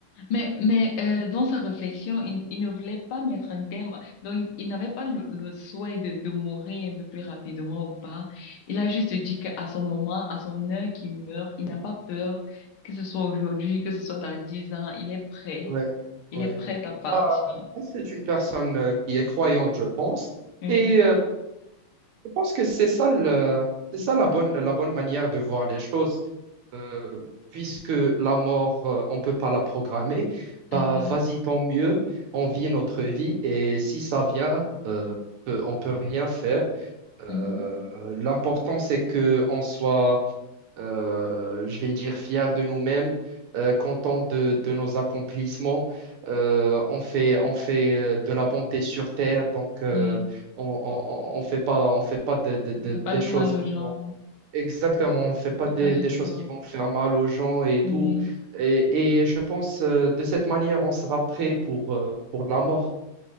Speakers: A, on the left (about 75°); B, on the right (about 80°).
A: Mais, mais euh, dans sa réflexion, il, il ne voulait pas mettre un terme. Donc, il, il n'avait pas le, le souhait de, de mourir un peu plus rapidement ou pas. Il a juste dit qu'à son moment, à son heure qu'il meurt, il n'a pas peur que ce soit aujourd'hui, que ce soit dans dix ans. Il est prêt.
B: Ouais,
A: Il
B: ouais.
A: est prêt à partir.
B: Bah, c'est une personne euh, qui est croyante, je pense.
A: Oui,
B: Et euh, Je pense que c'est ça, le- c'est ça la bonne, la bonne manière de voir les choses. Euh, puisque la mort, euh, on ne peut pas la programmer, bah
A: exact.
B: vas-y, tant mieux, on vit notre vie et si ça vient, euh, peu- on peut rien faire. Euh,
A: Mhm.
B: l'important, c'est qu'on soit euh, je vais dire fiers de nous-mêmes, euh, contents de, de nos accomplissements. Euh, on fait, on fait euh, de la bonté sur terre, donc euh,
A: Oui,
B: on, on, on fait pas, on fait pas de- de- de-
A: il fait pas
B: des
A: de
B: choses
A: mal
B: qui
A: aux gens.
B: vont... Exactement, on fait pas
A: Il
B: des,
A: fait pas du
B: des choses
A: tort.
B: qui vont faire mal aux gens et tout.
A: Oui,
B: Et, et je pense euh, de cette manière, on sera prêt pour, euh, pour la mort.